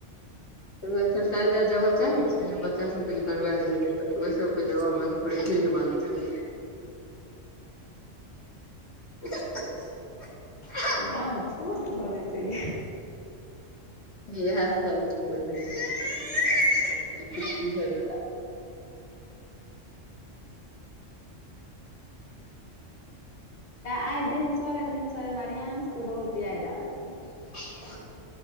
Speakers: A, on the left; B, on the left.
A: एक्सरसाइज ले जगह चाही छै ने बच्चा सब- - भरवैल जेतै तऽ ओकरो सब के जगह बनते पुरा फील्ड बनते -- <inaudible>
B: त गांवच छोट भ जेतैय
A: इएह सब के होइ छै <inaudible> बुझे वाला
B: त आइ भिनसरे -भिनसरे मे हमरा रियांश के बहुत याद आबै छैला
A: <inaudible>